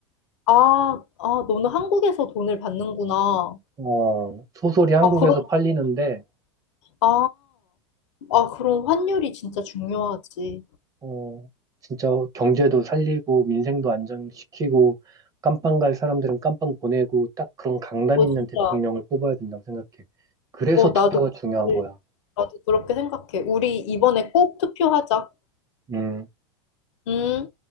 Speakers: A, on the left; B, on the right.
A: 아, 아, 너는 한국에서 돈을 받는구나.
B: 어, 소설이 한국에서
A: 아, 그럼
B: 팔리는데,
A: 아, 아, 그런 환율이 진짜 중요하지.
B: 어, 진짜 경제도 살리고, 민생도 안정시키고, 깜빵 갈 사람들은 깜빵 보내고, 딱 그런 강단
A: 어,
B: 있는
A: 진짜.
B: 대통령을 뽑아야 된다고 생각해. 그래서
A: 어, 나도,
B: 투표가 중요한
A: 그렇게-
B: 거야.
A: 나도 그렇게 생각해. 우리 이번에 꼭 투표하자.
B: 음.
A: 음.